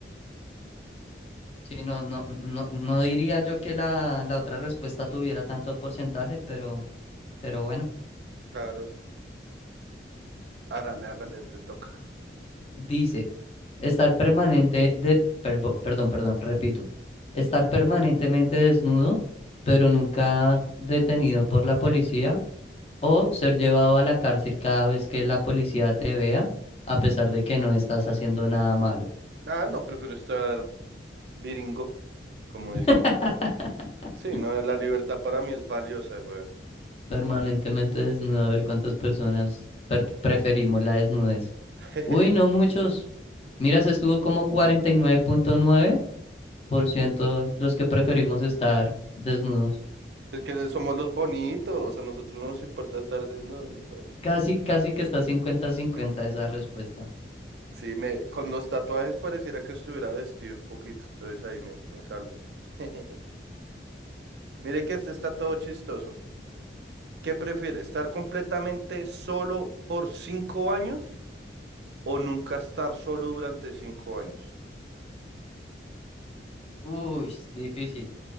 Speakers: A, on the left; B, on the right.
A: Sí, no, no, no, no diría yo que la, la otra respuesta tuviera tanto porcentaje, pero, pero bueno.
B: Claro, hágale, hágale, te toca.
A: Dice. Estar permanente de, perbo- perdón, perdón, repito. Estar permanentemente desnudo, pero nunca detenido por la policía, o ser llevado a la cárcel cada vez que la policía te vea, a pesar de que no estás haciendo nada malo.
B: Ah, no, prefiero estar viringo, como
A: <laughs>
B: decimos por ahí. Sí, no, la libertad para mí es valiosa, güey.
A: Permanentemente desnudo, a ver cuántas personas per- preferimos la desnudez.
B: <laughs>
A: Uy, no muchos. Mira, se estuvo como cuarenta y nueve nueve punto nueve por ciento los que preferimos estar desnudos.
B: Es que somos los bonitos, a nosotros no nos importa estar desnudos, mi perro.
A: Casi, casi que está 50 cincuenta
B: <laughs>
A: esa respuesta.
B: Sí, me, con los tatuajes pareciera que estuviera vestido un poquito, entonces ahí me, me salvo. <laughs> Mire que este está todo chistoso. ¿Qué prefiere? ¿Estar completamente solo por cinco años o nunca estar solo durante cinco años?
A: Uy, es difícil,